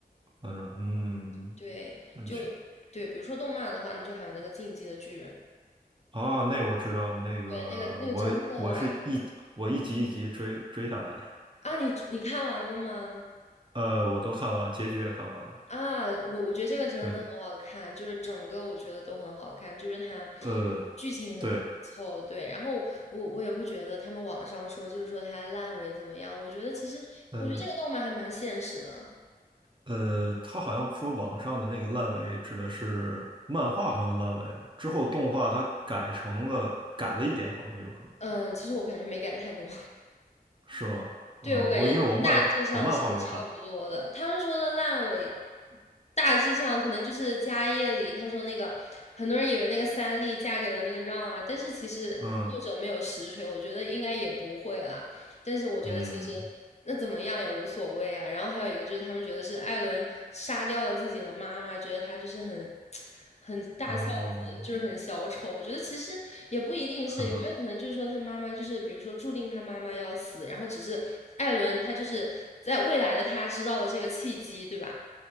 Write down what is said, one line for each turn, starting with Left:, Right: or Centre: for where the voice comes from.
Right: 他说，嗯，
Left: 对，
Right: 那去
Left: 就对，比如说动漫的话，那就还有那个《进击的巨人》，
Right: 哦，那我知道，那个我我是一我一集一集追追下来的，
Left: 对，那个那个真的很好啊！你你看完了吗？
Right: 呃，我都看完，结局也看完了。
Left: 啊，我我觉得这个真的很好看，
Right: 对，
Left: 就是整个我觉得都很好看，就是它
Right: 呃，
Left: 剧情很紧凑，
Right: 对，
Left: 对。然后我我也不觉得他们网上说就是说它烂尾怎么样，我觉得其实我觉得这个动漫还蛮现实的，
Right: 呃呃，他好像说网上的那个烂尾指的是漫画，好像烂尾了，之后动画它改成了改了一点，好像有可能。
Left: 嗯，其实我感觉没改太多，
Right: 是吗？
Left: 对，
Right: 嗯，
Left: 我感觉大致上是差不多的。
Right: 我因为我漫我漫画没看，
Left: 他们说的烂尾，大致上可能就是家业里，他说那个很多人以为那个三笠嫁给了那个让啊，但是其实作者没有实锤，
Right: 嗯
Left: 我觉得应该也不会啦。但是我觉得其实
Right: 嗯
Left: 那怎么样也无所谓啊。然后还有一个就是他们觉得是艾伦杀掉了自己的妈妈，觉得他就是很很大孝子，
Right: 哦，
Left: 就是很小丑。我觉得其实也不一定是，
Right: 呵呵
Left: 有没有可能就是说他妈妈就是比如说注定他妈妈要死，然后只是艾伦他就是在未来的他知道了这个契机，对吧？